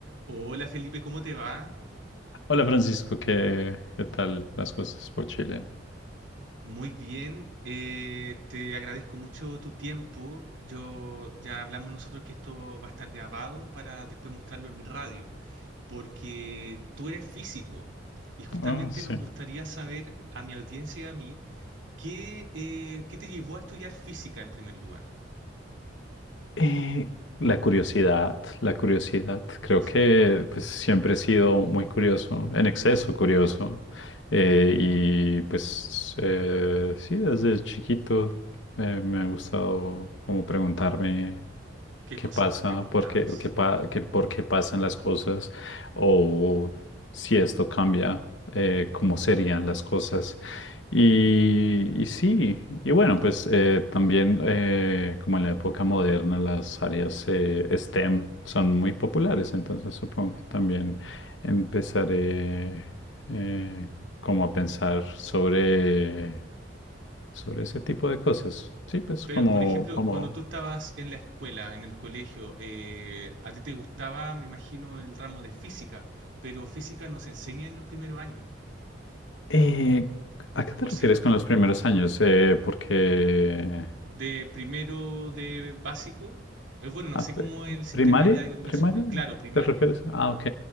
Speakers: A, on the right; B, on the left.
A: Hola Felipe, ¿cómo te va?
B: Hola Francisco, ¿qué, qué tal las cosas por Chile?
A: Muy bien, eh, te agradezco mucho tu tiempo. Yo ya hablamos nosotros que esto va a estar grabado para después mostrarlo en mi radio, porque tú eres físico y justamente
B: Ah, sí.
A: nos gustaría saber a mi audiencia y a mí qué, eh, qué te llevó a estudiar física en primer lugar.
B: Eh, la curiosidad, la curiosidad.
A: Curiosidad.
B: Creo que pues siempre he sido muy curioso, en exceso curioso. Eh, y pues eh, sí, desde chiquito eh, me ha gustado como preguntarme.
A: ¿Qué
B: qué
A: cosas
B: pasa,
A: te preguntabas?
B: por qué, qué pa- qué- por qué pasan las cosas o si esto cambia, eh, cómo serían las cosas. Y,
A: Mm.
B: y sí, y bueno, pues eh, también eh, como en la época moderna las áreas eh, STEM son muy populares, entonces supongo que también empezaré eh, como a pensar sobre sobre ese tipo de cosas. Sí, pues
A: Pero,
B: como,
A: por ejemplo,
B: como
A: cuando tú estabas en la escuela, en el colegio, eh, a ti te gustaba, me imagino, el ramo de física, pero física no se enseña en los primeros años,
B: Eh, ¿a qué te
A: ¿o
B: refieres
A: sí?
B: con los primeros años? Eh, porque...
A: De primero de básico, es bueno, no
B: ah,
A: sé cómo
B: pe-
A: es el sistema
B: ¿Primaria?
A: ya educacional,
B: ¿Primaria?
A: claro, primaria.
B: ¿Te refieres? Ah, ok.